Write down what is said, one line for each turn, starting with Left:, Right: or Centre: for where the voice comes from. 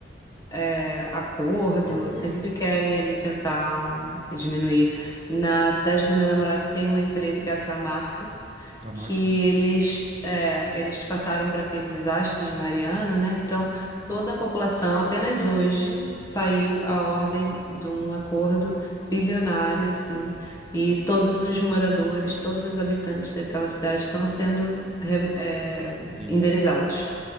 Left: é, acordo,
Right: de acordo,
Left: sempre
Right: é.
Left: querem ali tentar diminuir. Na cidade do meu namorado tem uma empresa que é a Samarco,
Right: Só marca.
Left: que eles, é, eles passaram por aquele desastre de Mariana, né? Então, toda a população, apenas hoje, saiu a ordem de um acordo bilionário, assim, e todos os moradores, todos os habitantes daquela cidade estão sendo, re- é,
Right: Indenizado.
Left: indenizados